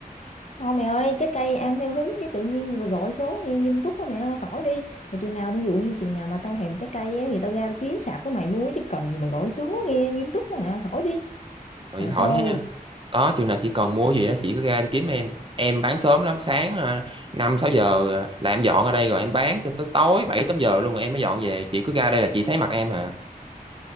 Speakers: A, on the left; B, on the right.
A: Thôi mẹ ơi, trái cây ăn theo hứng chứ tự nhiên gì mà gọi số nghe nghiêm túc quá mẹ ơi, khỏi đi. Mà chừng nào ví dụ như chừng nào mà tao thèm trái cây á thì tao ra tao kiếm sạp của mày mua chứ cần gì mà gọi số nghe nghiêm túc quá à, khỏi đi.
B: Rồi
A: Trời
B: khỏi
A: đất ơi,
B: ha. đó chừng nào chị cần mua gì đó chị cứ ra đi kiếm em em bán sớm lắm sáng ờ, năm sáu giờ ờ, là em dọn ở đây rồi em bán cho tới tối bảy tám giờ luôn rồi em mới dọn về chị cứ ra đây là chị thấy mặt em hả